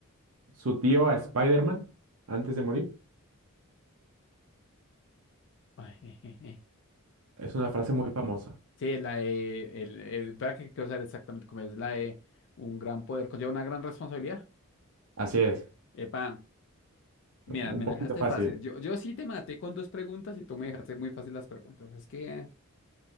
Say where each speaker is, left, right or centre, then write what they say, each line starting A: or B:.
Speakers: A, on the right; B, on the left.
A: su tío a Spider-Man antes de morir?
B: Ay, <laughs> eh, eh, eh,
A: Es una
B: eh.
A: frase muy famosa.
B: Sí, la de... El, el- espera que quiero saber exactamente cómo es. La de un gran poder conlleva una gran responsabilidad.
A: Así es.
B: Epa, mira,
A: Un
B: me
A: poquito
B: la dejaste
A: fácil.
B: fácil. Yo, yo sí te maté con dos preguntas y tú me dejaste muy fácil las preguntas. Es que...